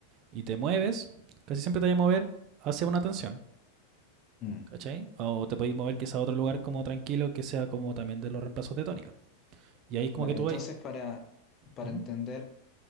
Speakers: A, on the right; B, on the left.
A: y te mueves, casi siempre te vas a mover hacia una tensión,
B: Mm.
A: ¿cachai? O te podéis mover quizá a otro lugar como tranquilo que sea como también de los reemplazos de tónica. Y ahí es como
B: Vale,
A: que tú
B: entonces
A: vas,
B: para, para
A: Ujú.
B: entender